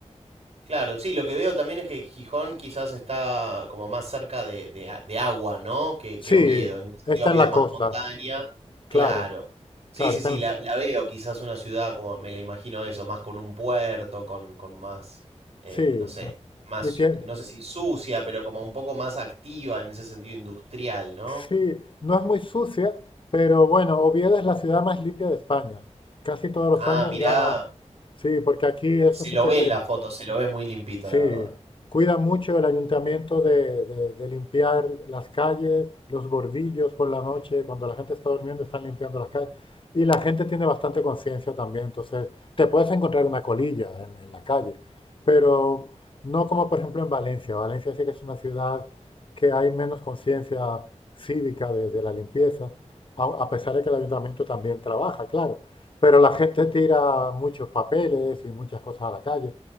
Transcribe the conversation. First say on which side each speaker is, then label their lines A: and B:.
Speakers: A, on the right (about 60°); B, on the left (about 45°).
A: Claro, sí, lo que veo también es que Gijón quizás está como más cerca de, de a- de agua, ¿no? Que,
B: Sí,
A: que Oviedo. En ese sentido,
B: está
A: Oviedo
B: en la
A: es
B: costa,
A: más montaña. Claro.
B: claro,
A: Sí,
B: claro,
A: sí,
B: está
A: sí,
B: en...
A: la, la veo quizás una ciudad como me la imagino eso, más con un puerto, con, con más, eh,
B: Sí,
A: no sé, más,
B: y tiene...
A: no sé si sucia, pero como un poco más activa en ese sentido industrial, ¿no?
B: Sí, no es muy sucia, pero bueno, Oviedo es la ciudad más limpia de España. Casi todos los
A: Ah,
B: años
A: mirá,
B: gana. Sí, porque aquí eso
A: se
B: sí
A: lo
B: que
A: ve
B: se,
A: en la foto, se lo ve muy limpito,
B: Sí,
A: la verdad.
B: cuida mucho el ayuntamiento de, de- de limpiar las calles, los bordillos por la noche, cuando la gente está durmiendo están limpiando las calles. Y la gente tiene bastante conciencia también, entonces te puedes encontrar una colilla en, en la calle, pero no como por ejemplo en Valencia. Valencia sí que es una ciudad que hay menos conciencia cívica de, de la limpieza, a, a pesar de que el ayuntamiento también trabaja, claro. Pero la gente tira muchos papeles y muchas cosas a la calle.